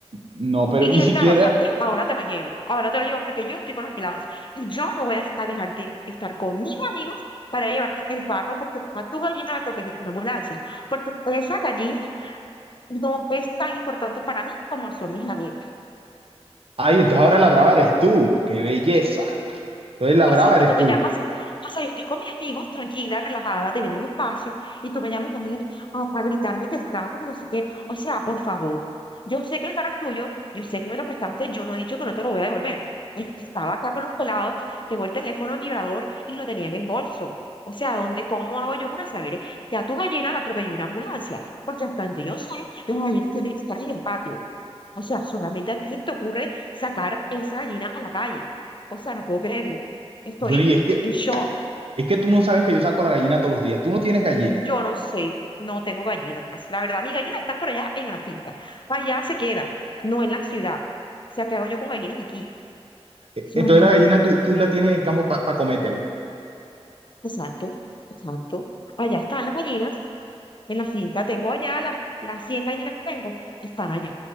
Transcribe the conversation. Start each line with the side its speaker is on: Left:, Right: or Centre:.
Right: no, pero
Left: Y,
Right: y
Left: y
Right: siquiera,
Left: el carro, ¿sabes qué? Ahora te lo llevo. Ahora te lo llevo porque yo estoy con los pelados. Y yo no voy a a dejar de estar con mis amigos para llevarte el carro porque a tu gallina la atropelló una ambulancia. Porque esa gallina no es tan importante para mí como son mis amigos.
Right: ay, entonces ahora la brava eres tú, qué belleza. Entonces la
Left: O
Right: brava
Left: sea, que
Right: eres
Left: tú me
Right: tú.
Left: llamas, o sea, yo estoy con mis amigos, tranquila, relajada, teniendo un espacio, y tú me llamas a mí ah, para gritarme que el carro, que no sé qué. O sea, por favor, yo sé que el carro es tuyo, yo sé que me lo prestaste, yo no he dicho que no te lo voy a devolver. Este, Estaba acá con los pelados, tengo el teléfono en vibrador y lo tenía en el bolso. O sea, ¿dónde, cómo hago yo para saber que a tu gallina la atropelló una ambulancia? Porque hasta donde yo sé, las gallinas tienen que estar en el patio. O sea, solamente a ti se te ocurre sacar esa gallina a la calle. O sea, no puedo creerlo. Estoy
Right: Bueno, y es que,
Left: en shock.
Right: es que tú no sabes que yo saco la gallina todos los días, tú no tienes gallina.
Left: Yo no sé, no tengo gallinas. La verdad, mis gallinas están por allá en la finca. Allá se quedan, no en la ciudad. O sea, ¿qué hago yo con gallinas aquí?
Right: E-
Left: O sea,
Right: Entonces
Left: no.
Right: la gallina tú, tú la tienes en el campo para cometer.
Left: Exacto, exacto. Allá están las gallinas. En la finca tengo allá las, las 100 gallinas que tengo, están allá.